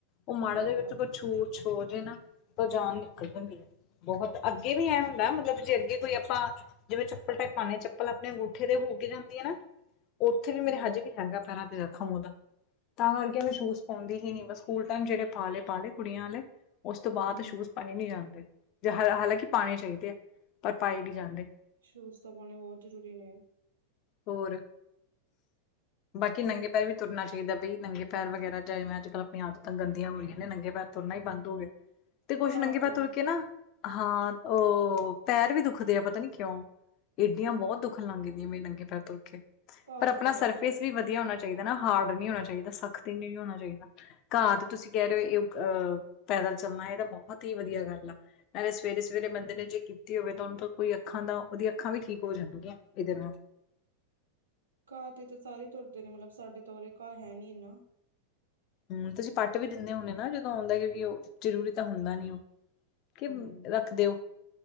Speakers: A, on the left; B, on the right.
A: ਉਹ ਮਾੜਾ
B: ਹਾਂ
A: ਜਿ ਵਿੱਚ ਕੋਈ ਛੂ ਛੋ ਹੋਜੇ ਨਾਂ ਤੋਂ ਜਾਨ ਨਿਕਲ ਜਾਂਦੀ ਹੈ ਬਹੁਤ ਅੱਗੇ ਵੀ ਇਹ ਹੁੰਦਾ ਮਤਲਬ ਜੇ ਅੱਗੇ ਕੋਈ ਆਪਾਂ ਜਿਵੇਂ ਚੱਪਲ ਪਾਦਿ ਆ ਚੱਪਲ ਆਪਣੇ ਅੰਗੂਠੇ ਦੇ ਵੀ ਲਗ ਜਾਂਦੀ ਐ ਨਾ ਉੱਥੇ ਵੀ
B: ਹੂੰ
A: ਮੇਰੇ ਹੱਜ ਵੀ ਹੈਗਾ ਨਿਸ਼ਾਨ ਫੇਰ ਖਮ ਉਹਦਾ ਤਾਂ ਕਰਕੇ ਮੈਂ ਚੂਸ ਪਾਉਂਦੀ ਹੀ ਨ ਬ ਸਕੂਲ ਟਾਈਮ ਜਿਹੜੇ ਪਾ ਲੇ ਪਾ ਲਏ ਕੁੜੀਆਂ ਵਾਲੇ ਉਸ ਤੋਂ ਬਾਅਦ
B: ਹੂੰ
A: ਸ਼ੂਜ ਪਾਏ ਨਹੀਂੀ ਜਾਂਦੇ ਹਾਲਾਂਕਿ ਪਾਉਣੇ ਚਾਹੀਦੇ ਆ ਪਰ ਪਾਏ ਨਹੀਂੀ ਜਾਂਦੇ
B: ਸੁਸਥਾ ਪਾਉਣੇ ਬਹੁਤ ਜ਼ਰੂਰੀ ਨੇ
A: ਔਰ ਬਾਕੀ ਨੰਗੇ ਪੈਰ ਵੀ ਤੁਰਨਾ ਚਾਹੀਦਾ ਬਈ ਨੰਗੇ ਪੈਰ ਵਗੈਰਾ ਜਿਵੇਂ ਅੱ ਕੱਲ੍ਹ ਆਪਣੇ ਆਪਦ ਤਾਂ ਗੰਦੀਆਂ ਹੋ ਰਹੀਆਂ ਨੇ ਨੰਗੇ ਪੈਰ ੋੜਨਾ ਹੀ ਬੰਦ ਹੋ ਗਿਆ ਤੇ ਕੁੱਛ
B: ਘਾਹ
A: ਨੰਗੇ ਪ
B: ਤੇ
A: ਤੁਰ ਕੇ ਨਾ ਹਾਂ ਉਹ ਪੈਰ ਵੀ ਦੁਖਦੇ ਆ ਪਤਾ ਨੀ ਕਿਉਂ ਇਏਡੀਆਂ ਬਹੁਤ ਦੁਖਣ ਲੰਘਗਦੀਆਂ ਮੇ ਨੰਗੇ ਪੈਰ ਤੁਰ ਕੇ
B: ਘਾਹ
A: ਪਰ ਆਪਣਾ
B: ਤੇ ਤੁਰਿਆ
A: ਸਰਫੇਸ
B: ਕਰੋ
A: ਵੀ ਵਧੀਆ ਹੋਣਾ ਚਹੀਦਾ ਚਾਹੀਦਾ ਨਾ ਹਾਰਡ ਨਹੀਂ ਹੋਣਾ ਚਾਹੀਦਾ ਸਖ਼ਤ ਨਹੀਂੀ ਹੋਣਾ ਚਾਹੀਦਾ ਘਾਹ ਤੇ ਤੁਸੀਂ ਕਹਿ ਰਹੇ ਹੋ ਅਹ ਪੈਦਲ ਚੱਲਣਾ ਇਹ ਤਾਂ ਬਹੁਤ ਹੀ ਵਧੀਆ ਗੱਲ ਆ ਨਾਲੇ ਸਵੇਰੇ ਸਵੇਰੇ ਬੰਦੇ ਨੇ ਜੇ ਕੀਤੀ ਹੋਵੇ ਤਾਂ ਉਹੂੰ ਕੋਈ ਅੱਖਾਂ ਦਾ ਉਹਦੀਆਂ ਅੱਖਾਂ ਵੀ ਠੀਕ ਹੋ ਜਾਣਗੀਆਂ ਇਹਦੇ ਨਾਲ
B: ਘਾਹ ਤੇ ਤਾਂ ਸਾਰੇ ਤੁਰਦੇ ਨੇ ਮਤਲਬ ਸਾਡੇ ਤ ਉਰੇ ਘਾਹ ਹੈ ਨੀ ਨਾ
A: ਹਮ ਤੇ ਅਸੀਂ ਪੱਟ ਵੀ ਦਿੰਦੇ ਹੁੰਦੇ ਨਾ ਜਦੋਂ ਆਉਂਦਾ ਕਿਉਂਕਿ ਉਹ ਜ਼ਰੂਰੀ ਤਾਂ ਹੁੰਦਾ ਨੀ ਉਹ ਕੀ
B: ਹੂੰ
A: ਰੱਖਦੇ ਹੋ